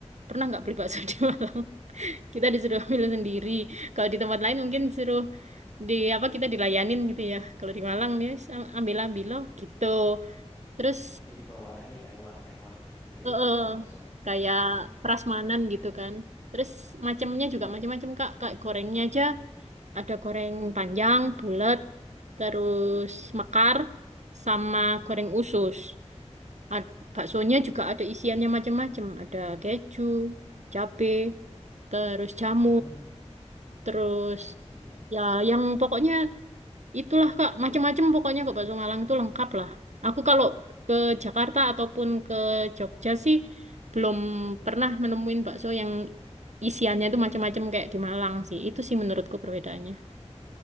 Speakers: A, on the right; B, on the left.
A: Pernah nggak beli bakso di Malang? <laughs> Kita disuruh ambil sendiri. Kalau di tempat lain mungkin suruh di apa kita dilayanin gitu ya. Kalau di Malang ya ambil ambil loh gitu. Terus
B: Jadi bawaannya kayak warteg-warteg gitu ya,
A: eh,
B: tapi
A: eh,
B: bakso.
A: kayak
B: Seru sih,
A: prasmanan
B: seru.
A: gitu kan. Terus macamnya juga macam-macam Kak. Kayak gorengnya aja ada goreng panjang, bulat, terus mekar sama goreng usus. Ad- baksonya juga ada isiannya macam-macam. Ada keju, cabe, terus jamur,
B: Ah,
A: terus
B: I see, I see.
A: ya yang pokoknya itulah Kak, macam-macam pokoknya kok bakso Malang itu lengkap lah. Aku kalau ke Jakarta ataupun ke Jogja sih belum pernah menemuin bakso yang isiannya itu macam-macam kayak di Malang sih. Itu sih menurutku perbedaannya.